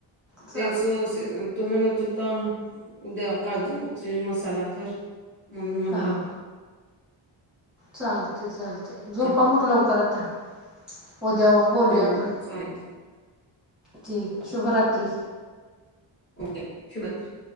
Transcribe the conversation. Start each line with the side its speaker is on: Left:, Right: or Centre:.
Centre: चालते
Left: तेच अस
Centre: मग
Left: ते म्हणत.... ता उद्या काजूची मसाला कर म्हणून म्हणल....
Centre: हां हां चालते चालते झोपा
Left: आता
Centre: मग लवकर आता.... उद्या बोलया
Left: हो,
Centre: आपण.....
Left: चालेल, चालेल.
Centre: ठीक शुभ रात्री....
Left: ओके शुभ रात्री.....